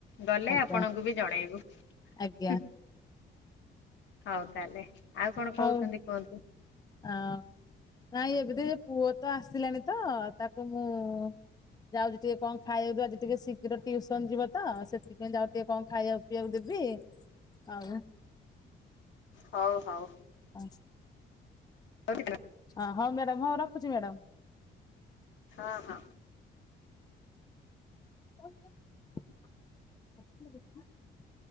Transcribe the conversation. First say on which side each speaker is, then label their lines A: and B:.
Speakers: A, on the left; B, on the left.
A: ଗଲେ
B: ଆଜ୍ଞା
A: ଆପଣଙ୍କୁ ବି ଜଣେଇବୁ
B: ଆଜ୍ଞା
A: ହୁଁ ହଉ ତାହେଲେ। ଆଉ କଣ
B: ହଉ
A: କହୁଛନ୍ତି କୁହନ୍ତୁ?
B: ଆ ନାଇଁ ଏବେତି ପୁଅ ତ ଆସିଲାଣି ତ ତାକୁ ମୁଁ ଯାଉଛି ଟିକେ କଣ ଖାଇବାକୁ ଆଜି ଟିକେ ଶୀଘ୍ର ଟ୍ୟୁସନ ଯିବ ତ ସେଥିପାଇଁ ଯାଉ ଟିକେ କଣ ଖାଇଆକୁ ପିଇବାକୁ ଦେବି ଆଉ
A: ହଉ ହଉ।
B: ହଁ। <unintelligible>
A: ପବିତ୍ର <unintelligible>
B: ହଁ ହଁ ମ୍ୟାଡାମ ହଉ ରଖୁଛି ମ୍ୟାଡ଼ାମ।
A: ହଁ ହଁ।
B: <unintelligible>